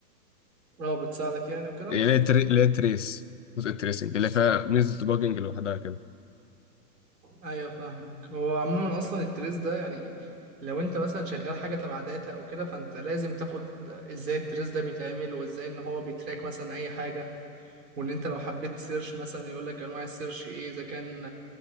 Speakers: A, on the right (about 75°); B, on the left (about 50°).
A: اه بتساعدك يعني وكده
B: اللي هي تري- اللي هي تريس جزء التريسنج اللي فيها ميزه الديباجنج لوحدها
A: ايوه فاهمك هو عموما اصلا التريس ده يعني لو انت مثلا شغال حاجه تبع داتا او كده فانت لازم تاخد ازاي التريس ده بيتعمل وازاي ان هو بيتراك مثلا اي حاجه وان انت لو حبيت سيرش مثلا يقول لك انواع السيرش ايه اذا كان